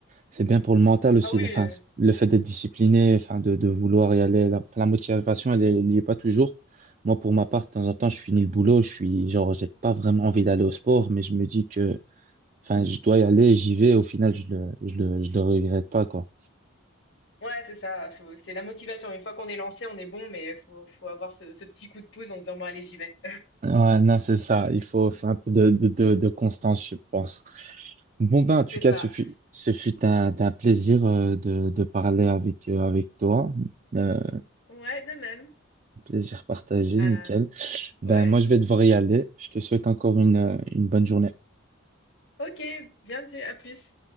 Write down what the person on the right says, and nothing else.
C'est bien pour le mental aussi.
Enfin,
le fait d'être discipliné, enfin, de, de vouloir y aller. La, la motivation, elle, n'y est elle y est pas toujours. Moi, pour ma part, de temps en temps, je finis le boulot. Je suis, genre, j'ai pas vraiment envie d'aller au sport, mais je me dis que, enfin, je dois y aller, j'y vais. Au final, je le, je le, je le regrette pas, quoi.
Ouais, non, c'est ça. Il faut faire un peu de, de, de, de constance, je pense. Bon, ben,
en
tout cas,
ce fut, ce fut un, un plaisir euh, de, de parler avec, euh, avec toi. Euh,
plaisir partagé,
nickel. Ben,
moi, je vais devoir y aller. Je te souhaite encore une, euh, une bonne journée.